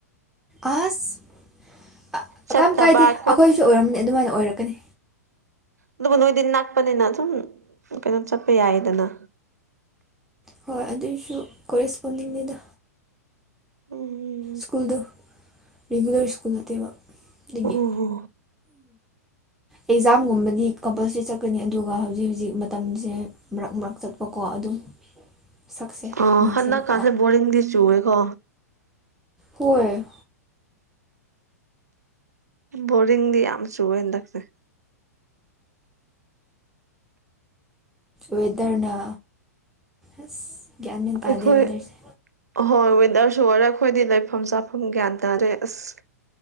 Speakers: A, in the centre; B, on the right (about 75°).
A: ꯑꯁ
B: ꯆꯠꯇꯕ
A: ꯀꯝ ꯀꯥꯏꯗꯦ
B: ꯈꯣꯠꯄ
A: ꯑꯈꯣꯏꯁꯨ ꯑꯣꯏꯔꯝꯕꯅꯤ ꯑꯗꯨꯃꯥꯏꯅ ꯑꯣꯏꯔꯛꯀꯅꯤ
B: ꯑꯗꯨꯕꯨ ꯅꯣꯏꯗꯤ ꯅꯛꯄꯅꯤꯅ ꯁꯨꯝ ꯀꯩꯅꯣ ꯆꯠꯄ ꯌꯥꯏꯗꯅ
A: ꯍꯣꯏ ꯑꯗꯨꯏꯁꯨ ꯀꯣꯔꯦꯁꯄꯣꯟꯗꯤꯡꯅꯤꯗ
B: ꯎꯝ
A: ꯁ꯭ꯀꯨꯜꯗ ꯔꯤꯒꯨꯂꯔ ꯁ꯭ꯀꯨꯜ ꯅꯠꯇꯦꯕ ꯑꯗꯒꯤ
B: ꯑꯣ
A: ꯑꯦꯖꯥꯝꯒꯨꯝꯕꯗꯤ ꯀꯝꯄꯜꯁꯔꯤ ꯆꯠꯀꯅꯤ ꯑꯗꯨꯒ ꯍꯧꯖꯤꯛ ꯍꯧꯖꯤꯛ ꯃꯇꯝꯁꯦ ꯃꯔꯛ ꯃꯔꯛ ꯆꯠꯄꯀꯣ ꯑꯗꯨꯝ ꯁꯛꯁꯦ
B: ꯑꯣ
A: ꯎꯍꯟꯁꯦꯕ
B: ꯍꯟꯗꯛꯀꯥꯟꯁꯦ ꯕꯣꯔꯤꯡꯗꯤ ꯆꯨꯑꯦꯀꯣ
A: ꯍꯣꯏ
B: ꯕꯣꯔꯤꯡꯗꯤ ꯌꯥꯝ ꯆꯨꯋꯦ ꯍꯟꯗꯛꯁꯦ
A: ꯋꯦꯗꯔꯅ ꯑꯁ ꯒ꯭ꯌꯥꯟ ꯃꯦꯟ
B: ꯑꯩꯈꯣꯏ
A: ꯇꯥꯗꯦ ꯋꯦꯗꯔꯁꯦ
B: ꯑꯍꯣꯏ ꯋꯤꯟꯗꯔꯁꯨ ꯑꯣꯏꯔꯦ ꯑꯈꯣꯏꯗꯤ ꯂꯩꯐꯝ ꯆꯥꯐꯝ ꯒ꯭ꯌꯥꯟ ꯇꯥꯗꯦ ꯑꯁ